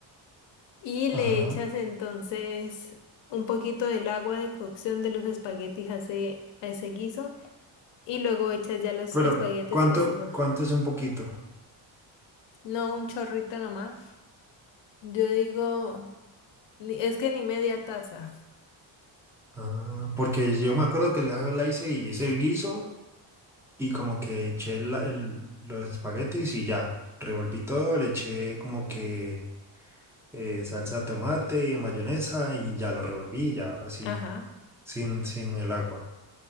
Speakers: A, on the left (about 65°); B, in the centre.
A: y le
B: Ajá.
A: echas entonces un poquito del agua de cocción de los espaguetis a ese, a ese guiso. y luego echas ya los
B: Pero,
A: espaguetis
B: ¿cuánto,
A: cocidos.
B: cuánto es un poquito?
A: No un chorrito nomás. Yo digo, ni- es que ni media taza.
B: Ah, porque yo me acuerdo que la, la hice y hice el guiso y como que eché la- el- los espaguetis y ya. Revolví todo, le eché como que eh, salsa de tomate, mayonesa y ya lo revolví, ya así,
A: Ajá.
B: sin, sin el agua.